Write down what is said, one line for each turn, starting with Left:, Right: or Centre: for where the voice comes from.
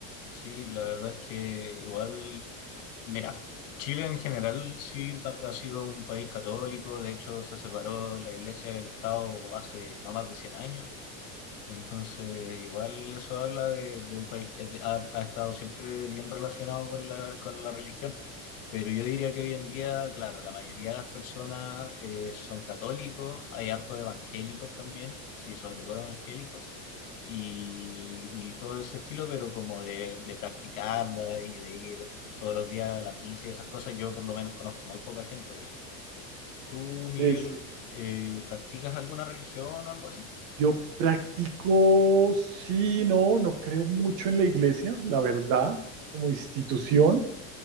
Left: Sí, la verdad es que igual Mira, Chile en general sí ta- ha sido un país católico, de hecho se separó la iglesia del Estado hace no más de 100 años, entonces, igual eso habla de, de un país que ha, ha estado siempre bien relacionado con la, con la religión. Pero yo diría que hoy en día, claro, la mayoría de las personas eh, son católicos, hay harto de evangélicos también, sí, sobre todo evangélicos, y, y todo ese estilo, pero como de, de practicarla y de ir todos los días a la misa y esas cosas, yo por lo menos conozco muy poca gente, por ejemplo. ¿Tú, Miguel,
Right: sí sí.
Left: eh, practicas alguna religión o algo así?
Right: Yo practico, sí, no, no creo mucho en la iglesia, la verdad, como institución.